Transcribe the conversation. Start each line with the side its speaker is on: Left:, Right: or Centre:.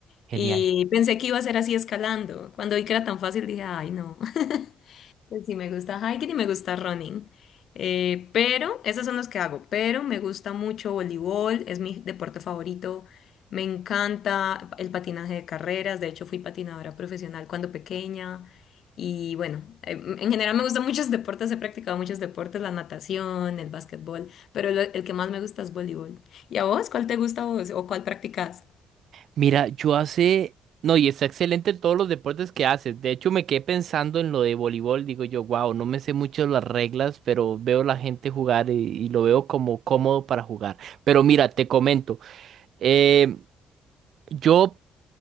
Right: Genial.
Left: Y pensé que iba a ser así escalando. Cuando vi que era tan fácil dije, ay, no, <laughs> pues sí me gusta hiking y me gusta running. Eh, pero esos son los que hago. Pero me gusta mucho voleibol, es mi deporte favorito. Me encanta el patinaje de carreras. De hecho, fui patinadora profesional cuando pequeña. Y bueno, eh, en general me gustan <laughs> muchos deportes, he practicado muchos deportes, la natación, el básquetbol, pero lo- el que más me gusta es voleibol. ¿Y a vos? ¿Cuál te gusta a vos o cuál practicas?
Right: Mira, yo hace... No, y está excelente en todos los deportes que haces. De hecho, me quedé pensando en lo de voleibol. Digo yo, wow, no me sé mucho las reglas, pero veo la gente jugar y, y lo veo como cómodo para jugar. Pero mira, te comento. eh, yo